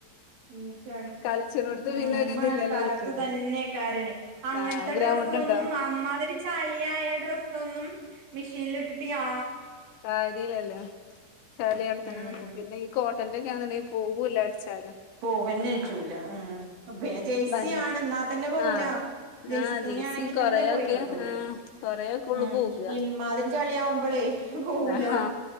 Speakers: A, on the right (about 65°); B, on the left (about 80°).
A: ഉം ച
B: കളിച്ചണോടത്ത്
A: ഉം
B: പിന്നെ ഒരിതില്ലല്ലോ
A: ഈ മഴക്കാലത്ത്തന്നെയ്ക്കാരലെ
B: ഓൽക്ക്
A: അങ്ങൻ
B: ആഹ് ഗ്രൗണ്ട്
A: ഡ്രസ്സാെന്നും
B: ഉണ്ടോ
A: അമ്മാതിരി ചളി ആയ ഡ്രസ്സൊന്നും മിഷീൻല്ട്ട്ട്ട് യാ
B: കാര്യല്ലല്ല ചളി അവ്ട്ത്തന്നെന്ക്കും
A: ഉം
B: പിന്നെ ഈ കോട്ടന്റെക്കാണ്ന്ന്ണ്ടെ പോവൂല്ല ഒര്ച്ചാലും
A: പോവന്നെജ്ജൂല ഉം പിന്നെ ജെയ്സി
B: ബനി
A: ആണ് ന്നാ തന്നെ പോവുലാ
B: ആഹ്
A: ജെയ്സി
B: ആഹ്
A: തുണി
B: ജേഴ്സിയും
A: ആണെങ്കിതന്നെ
B: കൊറയൊക്കെ
A: പോയി കിട്ടൂല
B: ആഹ് കൊറയൊക്കെ ഉള്ളു
A: ഉം
B: പോക
A: ഇമ്മാതിരി ചളി ആവുമ്പളേ പോവൂല
B: ആഹ്